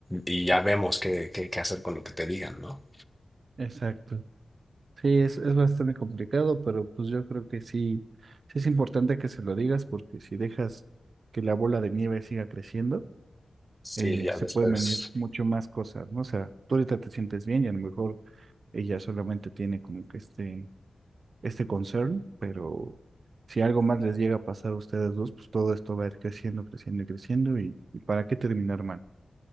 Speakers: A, in the centre; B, on the right.
A: Y ya vemos qué, qué, qué hacer con lo que te digan, ¿no?
B: Exacto. Sí, es, es bastante complicado, pero pues yo creo que sí, sí es importante que se lo digas porque si dejas que la bola de nieve siga creciendo,
A: Sí,
B: eh,
A: ya
B: se
A: después.
B: pueden venir mucho más cosas, ¿no? O sea, tú ahorita te sientes bien y a lo mejor Ella solamente tiene como que este, este concern, pero si algo más les llega a pasar a ustedes dos, pues todo esto va a ir creciendo, creciendo y creciendo y, y ¿para qué terminar mal?